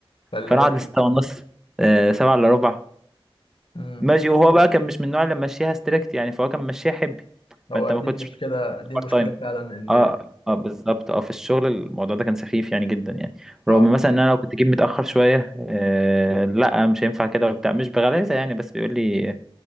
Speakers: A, on the left; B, in the centre.
A: فاللي
B: فانا
A: هو
B: اقعد لستة ونص آه، سبعة الا ربع
A: امم
B: ماشي وهو بقى كان مش من النوع اللي ماشيها ستريكت يعني فهو كان ماشيها حبي
A: هو
B: فانت ما
A: دي
B: كنتش
A: المشكله دي المشكله
B: بارت تايم
A: فعلا ان
B: اه اه بالظبط اه في الشغل الموضوع ده كان سخيف يعني جدا يعني
A: اه
B: رغم مثلا ان انا لو كنت جيت متاخر شويه آه لا مش هينفع كده وبتاع مش بغلاسه يعني بس بيقول لي